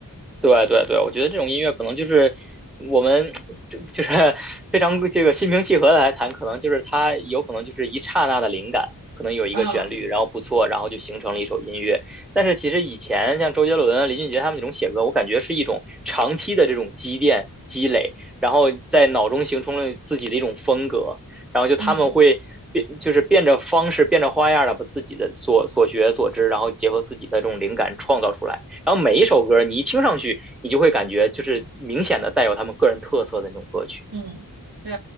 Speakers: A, in the centre; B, on the right (about 80°).
A: 对对对，我觉得这种音乐可能就是我们 <tsk> 就就是 <laughs> 非常这个心平气和的来谈，可能就是它有可能就是一刹那的灵感，可能有一个旋律，
B: 嗯
A: 然后不错，然后就形成了一首音乐。但是其实以前像周杰伦啊、林俊杰他们那种写歌，我感觉是一种长期的这种积淀积累，然后在脑中形成了自己的一种风格，然后就他们会。
B: 嗯
A: 变就是变着方式、变着花样的把自己的所所学所知，然后结合自己的这种灵感创造出来。然后每一首歌你一听上去，你就会感觉就是明显的带有他们个人特色的那种歌曲。
B: 嗯，对，